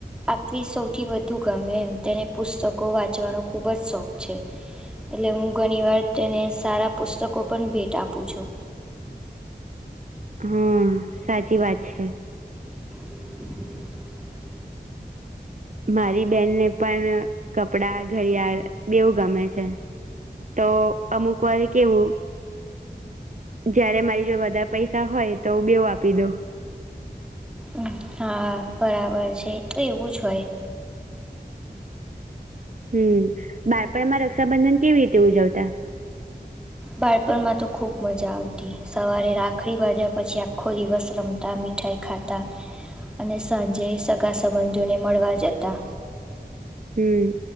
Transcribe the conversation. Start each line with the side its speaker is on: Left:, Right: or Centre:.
Centre: આપવી સૌથી વધુ ગમે એમ તેને પુસ્તકો વાંચવાનો ખુબ જ શોખ છે, એટલે હું ઘણીવાર તેને સારા પુસ્તકો પણ ભેટ આપું છું,
Right: હા, સાચી વાત છે.
Centre: <unintelligible>
Right: મારી બેનને પણ કપડાં ઘડિયાળ બેવું ગમે છે તો અમુક વાર કેવું જયારે મારી જો વધારે પૈસા હોય તો બેવું આપી દો
Centre: મ હા બરાબર છે તો એવું જ હોય
Right: હમ બાળપણમાં રક્ષાબંધન કેવી રીતે ઉજવતા
Centre: બાળપણમાં તો ખુબ મજા આવતી. સવારે રાખડી બાંધ્યા પછી આખો દિવસ રમતા મીઠાઈ ખાતા અને સાંજે સગા-સંબંધીઓને મળવા જતા.
Right: હમ,